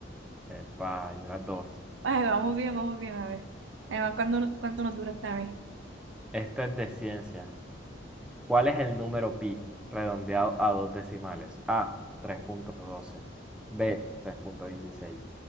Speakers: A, in the centre; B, on the right.
A: Epa, llevas dos.
B: Ay, vamos bien, vamos bien, a ver. Ahí va, ¿cuándo- ¿cuánto nos dura esta vez?
A: Esta es de ciencia. ¿Cuál es el número pi redondeado a dos decimales? A, 3.12. B, 3.16.